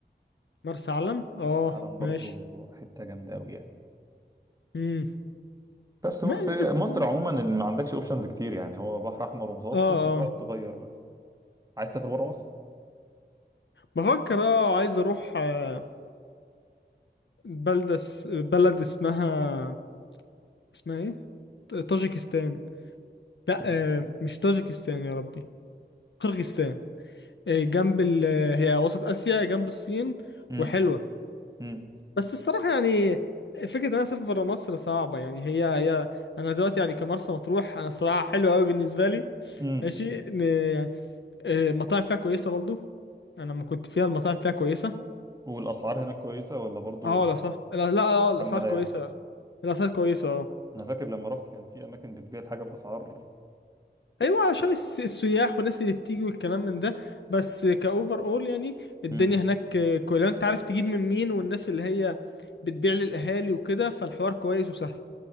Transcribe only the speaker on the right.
مرسى علم برضو
حته جامده قوي يعني
بس
في
مصر عموما اللي ما عندكش اوبشنز كتير يعني هو بحر احمر ومتوسط
وتقعد تغير بقى عايز تسافر بره مصر
طاجيكستان
امم
امم
امم
والاسعار هناك كويسه ولا برضو
يعني
محمله
يعني
انا فاكر لما رحت كان في اماكن بتبيع الحاجه باسعار
امم